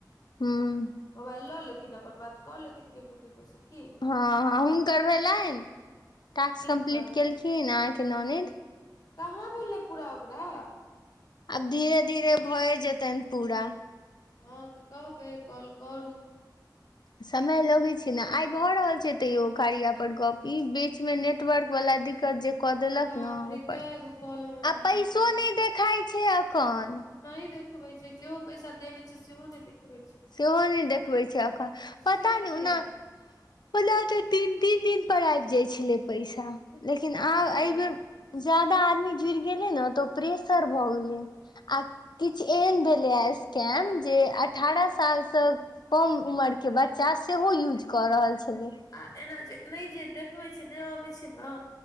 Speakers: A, on the left (about 70°); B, on the left (about 50°).
A: हूँ
B: मोबाइल लऽ लेथिन अपन बात कऽ लेथिन केकरो केकरो से की
A: हाँ हाँ हुनकर भेलनि टास्क
B: किनका
A: कम्प्लीट केलखिन अहांके ननैद
B: कहाँ भेलै पूरा ओकरा
A: आब धीरे धीरे भए जेतन पूरा
B: हँ तऽ कहबै काॅल करू
A: समय लगैत छै ने आइ भऽ रहल छै तैयो कार्या पर गप ई बे बीचमे नेटवर्क वला दिक्कत जे कऽ देलक
B: बाप
A: ने
B: रे
A: ऊपर
B: कै गो कॉल हमर
A: आ
B: बर्बाद
A: पैसो
B: भऽ गेल
A: नहि देखाई छै अखन
B: नहि देखबे छै जेहो पैसा देने छै सेहो नहि देखबे छै
A: सेहो नहि देखबै छै एखन पता
B: से किया
A: नहि ओना ओना तऽ तीन तीन दिनपर आबि जाइत छलै पैसा लेकिन
B: उहे
A: आब
B: न
A: एहि बेर जादा आदमी जुड़ गेले ने तऽ अशर भऽ गेलै आ किछु एहन भेलैय केम जे अठारह साल से कम उमर के बच्चा सेहो यूज कर रहल छलै
B: आ एना जे नहि जे देखबै छै नहि अबै छै ने